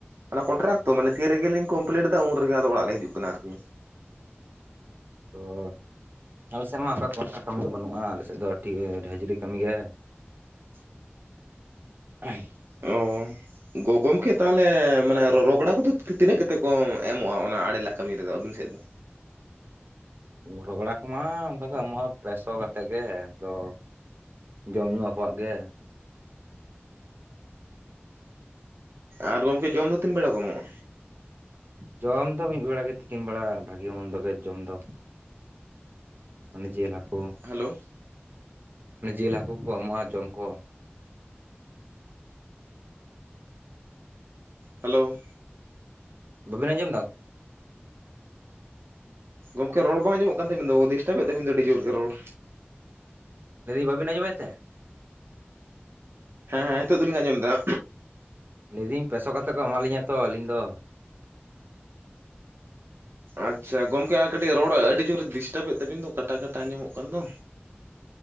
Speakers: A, on the right; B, on the right.
A: ᱢᱟᱱᱮ ᱠᱚᱱᱴᱨᱟᱠ ᱛᱚ ᱢᱟᱱᱮ ᱛᱷᱤ ᱨᱮ ᱜᱮᱞᱤᱧ ᱠᱚᱢᱯᱮᱞᱮᱴ ᱫᱟ ᱩᱱ ᱨᱮᱜᱮ ᱟᱫᱚ ᱚᱲᱟᱜ ᱞᱮ ᱦᱤᱡᱩᱜ ᱠᱟᱱᱟ᱾ ᱟᱨ ᱠᱤ
B: ᱚ᱾ ᱟᱞᱮ ᱥᱮᱱ ᱢᱟ ᱚᱱᱠᱟ ᱠᱟᱹᱢᱤ ᱫᱚ ᱵᱟᱹᱱᱩᱜᱼᱟ ᱟᱞᱮ ᱥᱮᱫ ᱫᱚ ᱦᱟᱹᱡᱨᱤ ᱠᱟᱹᱢᱤ ᱜᱮ <unintelligible>
A: ᱚ ᱜᱚ ᱜᱚᱢᱠᱮ ᱛᱟᱦᱚᱞᱮ ᱢᱟᱱᱮ ᱨᱚ ᱨᱚᱜᱽᱲᱟ ᱠᱚᱫᱚ ᱛᱤᱱᱟᱹᱜ ᱠᱟᱛᱮᱫ ᱠᱚ ᱮᱢᱚᱜᱼᱟ ᱚᱱᱟ ᱟᱲᱮᱞᱟᱜ ᱠᱟᱹᱢᱤ ᱨᱮᱫᱚ ᱟᱹᱵᱤᱱ ᱥᱮᱫ ᱫᱚ
B: ᱨᱚᱜᱽᱲᱟ ᱠᱚᱢᱟ ᱚᱱᱠᱟ ᱠᱚ ᱮᱢᱚᱜᱼᱟ ᱯᱮᱥᱚ ᱠᱟᱛᱮᱫ ᱜᱮ ᱟᱫᱚ ᱡᱚᱢ ᱧᱩ ᱟᱵᱚᱣᱟᱜ ᱜᱮ
A: ᱟᱨ ᱜᱚᱢᱠᱮ ᱡᱚᱢ ᱫᱚ ᱛᱤᱱ ᱵᱮᱲᱟ ᱠᱚ ᱮᱢᱚᱜᱼᱟ
B: ᱡᱚᱢ ᱫᱚ ᱢᱤᱫ ᱵᱮᱲᱟ ᱜᱮ ᱛᱤᱠᱤᱱ ᱵᱮᱲᱟ ᱵᱷᱟᱹᱜᱤ ᱢᱚᱱᱫᱚ ᱜᱮ ᱡᱚᱢ ᱫᱚ ᱚᱱᱮ ᱡᱮ ᱦᱟᱠᱳ
A: ᱦᱮᱞᱳ
B: ᱚᱱᱮ ᱡᱤᱞ ᱦᱟᱠᱳ ᱠᱚ ᱮᱢᱚᱜᱼᱟ ᱡᱚᱢ ᱠᱚ
A: ᱦᱮᱞᱳ
B: ᱵᱟᱹᱵᱤᱱ ᱟᱸᱡᱚᱢ ᱮᱫᱟ
A: ᱜᱚᱢᱠᱮ ᱨᱚᱲ ᱵᱟᱝ ᱟᱸᱡᱚᱢᱚᱜ ᱠᱟᱱ ᱛᱟᱵᱤᱱ ᱫᱚ ᱰᱤᱥᱴᱟᱵᱮᱫ ᱛᱟᱵᱤᱱ ᱫᱚ ᱟᱹᱰᱤ ᱡᱳᱨ ᱜᱮ ᱨᱚᱲ
B: ᱞᱟᱹᱭᱫᱟᱹᱧ ᱵᱟᱵᱤᱱ ᱟᱸᱡᱚᱢᱮᱫ ᱛᱮ
A: ᱦᱮᱸ ᱦᱮᱸ ᱱᱤᱛᱚᱜ ᱫᱚᱞᱤᱧ ᱟᱸᱡᱚᱢ ᱮᱫᱟ
B: ᱞᱟᱹᱭᱫᱟᱤᱹᱧ ᱯᱮᱥᱚ ᱠᱟᱛᱮ ᱠᱚ ᱮᱢᱟᱞᱤᱧᱟ ᱛᱚ ᱟᱹᱞᱤᱧ ᱫᱚ
A: ᱟᱪᱪᱷᱟ ᱜᱚᱝᱠᱮ ᱟᱨ ᱠᱟᱹᱴᱤᱡ ᱨᱚᱲ ᱟᱹᱰᱤ ᱡᱩᱨ ᱰᱤᱥᱴᱟᱵᱮᱫ ᱛᱟᱹᱵᱤᱱ ᱫᱚ ᱠᱟᱴᱟ ᱠᱟᱴᱟ ᱟᱸᱡᱚᱢᱚᱜ ᱠᱟᱱ ᱫᱚ᱾